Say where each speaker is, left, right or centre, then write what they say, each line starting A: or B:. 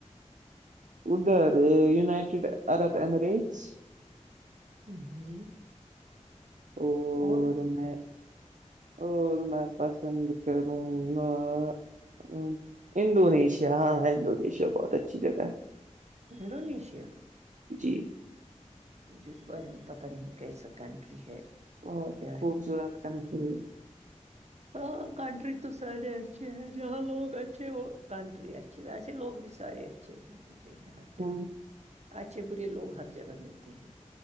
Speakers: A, on the right; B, on the right.
A: ادھر یونائٹیڈ عرب امریٹس
B: ہ جی
A: او
B: اور
A: ر میں اور میں پسند کروں گا ہ انڈونیشیا ہاں انڈونیشیا بہت اچھی جگہ ہے
B: انڈونیشیا
A: جی
B: مجھے اس بارے میں پتہ نہیں کیسا کنٹری ہے
A: اور
B: کیا
A: خوبصورت
B: ہے
A: کنٹری
B: ہاں کنٹری تو ساھے اچھے ہے جہاں لوگ اچھے وہ کنٹری اچھی اچھی ویسے لوگ بھی سارے اچھے ہی ہوتے ہیں جگہ
A: ہ
B: اچھے برے لوگ ہر جگہ ملتے ہیں